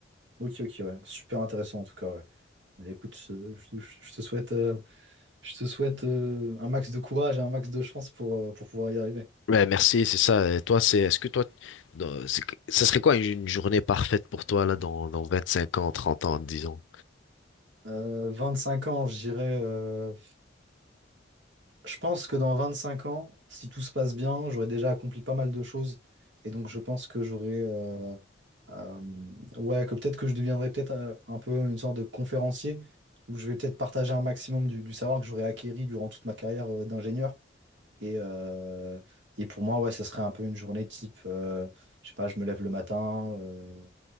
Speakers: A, on the right; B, on the left.
A: Ok, ok, ouais. Super intéressant en tout cas, ouais. Mais écoute, je, je- je- je te souhaite, euh, je te souhaite euh, un max de courage et un max de chance pour, euh, pour pouvoir y arriver.
B: Ouais, merci, c'est ça. Et toi, c'est, est-ce que toi, dans- c'est- ça serait quoi une, une journée parfaite pour toi là dans, dans 25 ans, 30 ans, disons?
A: Euh, cinq ans, je dirais. euh, Je pense que dans 25 ans, si tout se passe bien, j'aurai déjà accompli pas mal de choses. Et donc, je pense que j'aurai. euh, euh, ouais, que peut-être que je deviendrai peut-être euh, un peu une sorte de conférencier où je vais peut-être partager un maximum du, du savoir que j'aurais acquéri durant toute ma carrière euh, d'ingénieur. Et, euh, et pour moi, ouais, ça serait un peu une journée type. euh, je sais pas, je me lève le matin. euh,